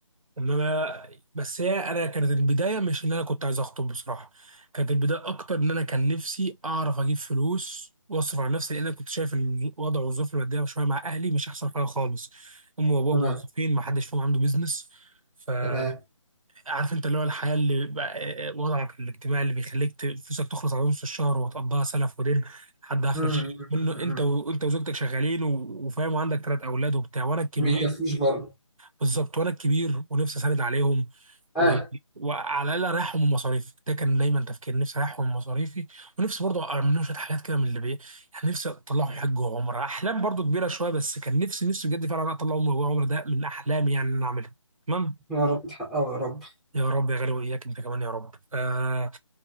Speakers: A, on the right; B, in the centre.
A: ان انا بس هي انا كانت البدايه مش ان انا كنت عايز اخطب بصراحه كانت البدايه اكتر ان انا كان نفسي اعرف اجيب فلوس واصرف على نفسي لان انا كنت شايف الوضع والظروف الماديه شويه مع اهلي مش احسن حاجه خالص امي وابوها
B: تمام
A: موظفين ما حدش فيهم عنده بيزنس فعارف
B: تمام
A: انت اللي هو الحياه اللي بقى- آه، وضعك الاجتماعي اللي بيخليك ت- فلوسك تخلص على نص الشهر وتقضيها سلف ودين لحد اخر
B: مم.
A: الشهر
B: مم،
A: منه
B: مم.
A: انت وانت وزوجتك شغالين و- وفاهم وعندك ثلاث اولاد وبتاع وانا الكبير
B: ما بيكفيش برضه
A: بالظبط وانا الكبير ونفسي اساند عليهم
B: آه
A: و... وعلى الاقل اريحهم من مصاريفي ده كان دايما تفكير نفسي اريحهم من مصاريفي ونفسي برضه اعمل لهم شويه حاجات كده من اللي بي يعني نفسي اطلعهم حج وعمره احلام برضه كبيره شويه بس كان نفسي نفسي بجد فعلا اطلعهم حج وعمره ده من احلامي يعني ان انا اعملها تمام
B: يا رب تحققه يا رب
A: يا رب يا غالي واياك انت كمان يا رب آه،